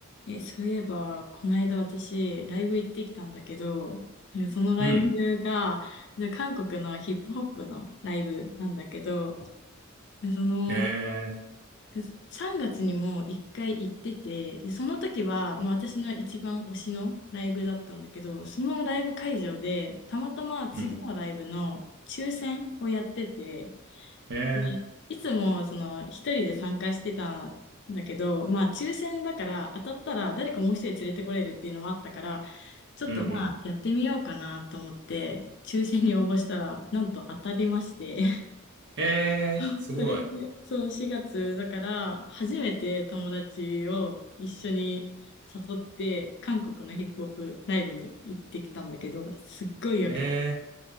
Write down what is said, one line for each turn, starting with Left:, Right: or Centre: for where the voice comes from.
Left: え、そういえば、この間私、ライブ行ってきたんだけど、なんかそのライブが、
Right: うん。
Left: で韓国のヒップホップのライブなんだけど、でその、
Right: ええ
Left: で3月にも一回行ってて、で、その時は、もう私の一番推しのライブだったんだけど、そのライブ会場で、たまたま次のライブの抽選をやってて、
Right: うん。ええ
Left: にいつもその一人で参加してたんだけど、まあ抽選だから当たったら誰かもう一人連れてこれるっていうのもあったから、ちょっとまあやってみようかなと思って、
Right: うんうん。
Left: 抽選に応募したら、なんと当たりまして。
Right: ええすごい。
Left: <laughs> それで、そう、4月だから、初めて友達を一緒に誘って、韓国のヒップホップライブに行ってきたんだけど、すっごいよくて、
Right: ええ